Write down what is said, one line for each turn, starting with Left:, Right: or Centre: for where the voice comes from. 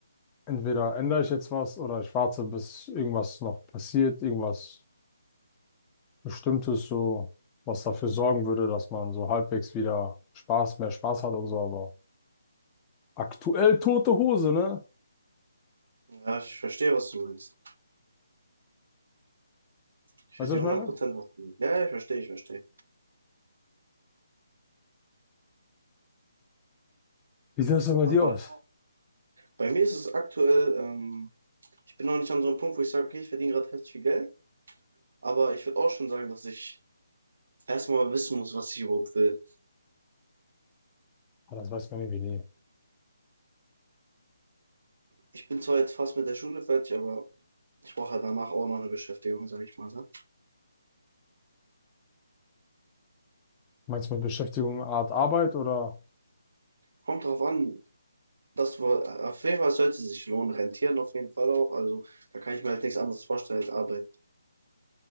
Left: entweder ändere ich jetzt was oder ich warte, bis irgendwas noch passiert, irgendwas Bestimmtes so, was dafür sorgen würde, dass man so halbwegs wieder Spaß, mehr Spaß hat und so. Aber aktuell tote Hose, ne?
Right: Ja, ich verstehe, was du meinst. Ich
Left: Weißt
Right: verstehe
Left: du, was ich
Right: 100%,
Left: meine?
Right: was du meinst. Ja, ja, ich verstehe, ich verstehe.
Left: Wie sieht das denn bei
Right: Aber
Left: dir aus?
Right: bei mir ist es aktuell, ähm, ich bin noch nicht an so einem Punkt, wo ich sage, okay, ich verdiene gerade heftig viel Geld, aber ich würde auch schon sagen, dass ich erstmal wissen muss, was ich überhaupt will.
Left: Ah, das weiß man irgendwie nie.
Right: Ich bin zwar jetzt fast mit der Schule fertig, aber ich brauche halt danach auch noch eine Beschäftigung, sage ich mal. Ne?
Left: Meinst du mit Beschäftigung eine Art Arbeit oder?
Right: Kommt drauf an, dass wir, auf jeden Fall sollte es sich lohnen, rentieren auf jeden Fall auch. Also da kann ich mir halt nichts anderes vorstellen als Arbeit.